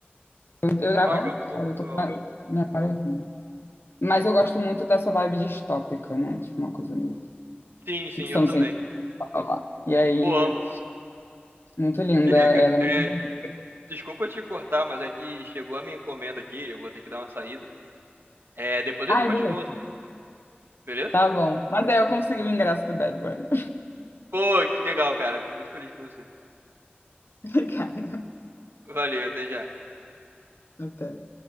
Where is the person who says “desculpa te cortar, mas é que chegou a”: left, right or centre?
Right